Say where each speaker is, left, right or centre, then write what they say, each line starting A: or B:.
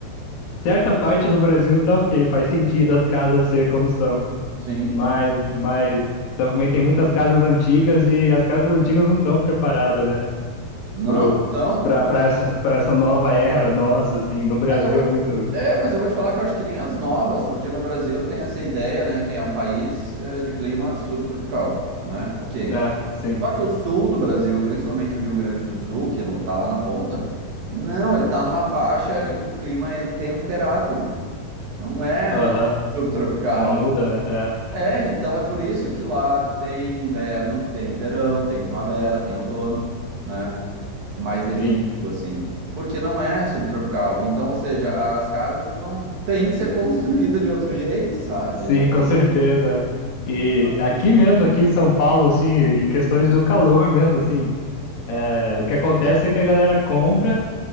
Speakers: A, on the left; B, on the right.
A: certa parte do Brasil tá ok, faz sentido as casas ser como são.
B: sim.
A: Mas, mas também tem muitas casas antigas e as casas antigas não estão preparadas, né?
B: Não,
A: Pro,
B: então,
A: pra, pra essa, pra essa nova era, nossa, assim, no Brasil
B: mas eu vou
A: é
B: te,
A: muito.
B: é, mas eu vou te falar que eu acho que nem as novas, porque no Brasil tem essa ideia, né, que é um país eh, de clima subtropical, né? OK.
A: É, sim.
B: Só que o sul do Brasil, principalmente o Rio Grande do Sul, que ele tá lá na ponta, não, ele tá numa faixa em que o clima é temperado. Não é
A: Aham.
B: subtropical,
A: É muda, né? É,
B: É, então é por isso que lá tem inverno, tem verão, tem primavera, tem outono, né? Mais
A: sim.
B: definido assim, porque não é subtropical. Então, ou seja, as casas não têm que ser <laughs> construídas de outro jeito, sabe?
A: Sim,
B: É,
A: com certeza. E
B: Não faz sentido.
A: aqui mesmo, aqui em São Paulo, assim, em questões do calor mesmo, assim, é, o que acontece é que a galera compra.